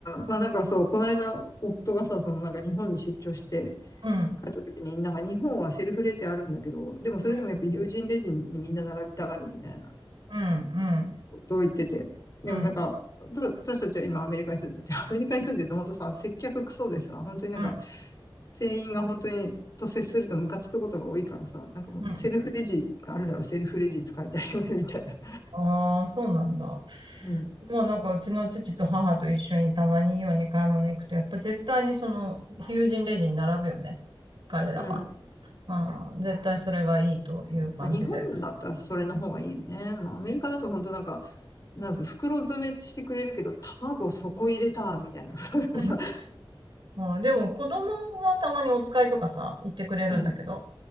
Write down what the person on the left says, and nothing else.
まあなんかそう、この間、夫がさ、そのなんか日本に出張して
帰った時に、なんか日本はセルフレジあるんだけど、でもそれでもやっぱ友人レジにみんな並びたがるみたいな。
と言ってて。でもなんか、
私たちは今アメリカに住んでて、<laughs> アメリカに住んでて本当さ、接客クソでさ、本当になんか、
全員が本当にと接するとムカつくことが多いからさ、なんかもうセルフレジがあるならセルフレジ使いたいよね、
みたいな。
うん。
うん。
まあ、日本だったらそれの方がいいよね。まあ、アメリカだと本当なんか、なんつう、袋詰めしてくれるけど、卵そこ入れた、みたいなさ。
<laughs> うん。